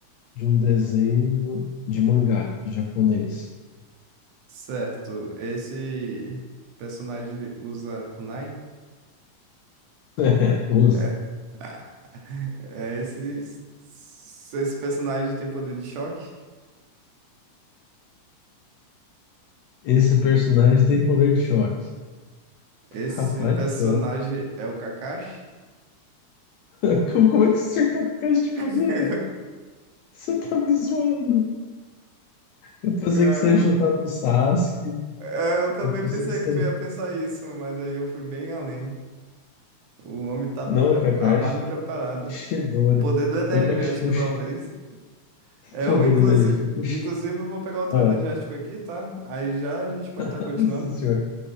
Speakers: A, on the left; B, on the right.
A: de um desenho de mangá de japonês. <laughs>
B: Certo, esse personagem usa kunai?
A: É, usa.
B: É. <laughs> É, Esse, esse personagem tem poder de choque?
A: Esse personagem tem poder de choque.
B: Esse
A: Rapaz
B: personagem
A: do céu.
B: é o Kakashi?
A: <laughs> Como, como é que você acertou com a caixa
B: <laughs>
A: de primeira? Você tá me zoando. Eu pensei
B: Caramba,
A: que você ia chutar no Sasuke.
B: É, eu também
A: Eu pensei
B: pensei
A: que você.
B: que tu ia pensar isso, mas aí eu fui bem além. O homem tá pre-
A: Não, Kakashi.
B: armado e preparado.
A: Shidori.
B: O poder do energético,
A: Foi com a. Com o Shi-
B: talvez.
A: <laughs>
B: É,
A: poder
B: Eu, inclusive,
A: do energia. Foi com o. Shi-
B: inclusive, eu vou pegar outro
A: Ah,
B: energético aqui, tá? Aí já a gente pode
A: <laughs>
B: estar continuando.
A: sim, senhor.